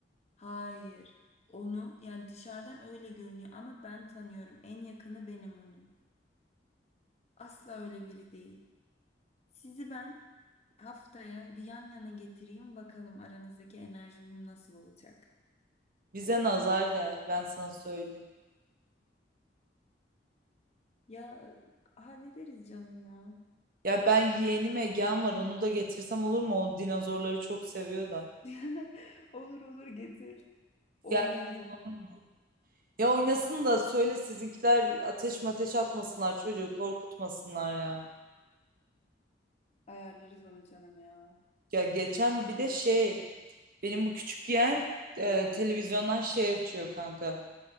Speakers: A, on the left (about 40°); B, on the right (about 55°).
A: Hayır. Onu yani dışarıdan öyle görünüyor ama ben tanıyorum. En yakını benim onun. Asla öyle biri değil. Sizi ben haftaya bir yan yana getireyim bakalım aranızdaki enerji uyum nasıl olacak.
B: Bize nazar değer, ben sana söyleyeyim.
A: Ya hallederiz canım ya.
B: Ya ben yeğenim Egehan var, onu da getirsem olur mu? O dinozorları çok seviyor da.
A: <laughs> Olur olur getir. Oynarız
B: Gel
A: onu.
B: olur mu? Ya oynasın da söyle sizinkiler ateş mateş atmasınlar çocuğu korkutmasınlar ya.
A: Ayarlarız onu canım ya.
B: Ya geçen bir de şey benim bu küçük yeğen e, televizyondan şey açıyor kanka.